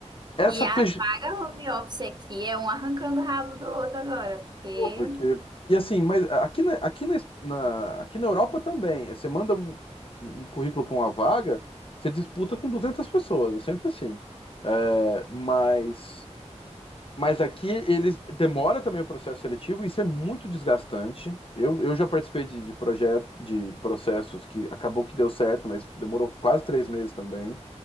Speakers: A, on the left; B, on the right.
A: essa,
B: E a
A: pe-
B: vaga home office aqui é um arrancando o rabo do outro agora, porque.
A: É, porque. E assim, mas aqui na, aqui na, na- aqui na Europa também. Você manda um, um currículo para uma vaga, você disputa com 200 pessoas, é sempre assim. É, mas, mas aqui eles demora também o processo seletivo, isso é muito desgastante. Eu, eu já participei de, de projetos, de processos que acabou que deu certo, mas demorou quase três meses também.